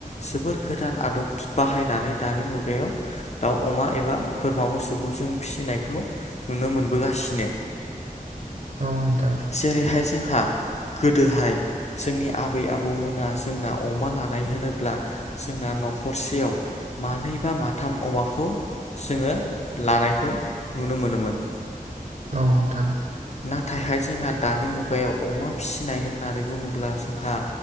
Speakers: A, on the left; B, on the right.
A: जोबोर गोदान आदब बाहायनानै दानि मुगायाव दाउ अमा एबा बोरमा मोसौखौ जों फिसिनायखौ नुनो मोनबोगासिनो
B: औ नोंथां
A: जेरैहाय जोंहा गोदोहाय जोंनि आबै आबौमोना जोंना अमा लानाय होनोब्ला जोंना न'खरसेयाव मानै बा माथाम अमाखौ जोंङो लानायखौ नुनो मोनोमोन।
B: औ नोंथां।
A: नाथायहाय जोंहा दानि मुगायाव अमा फिसिनाय होननानै बुंङोब्ला जोंहा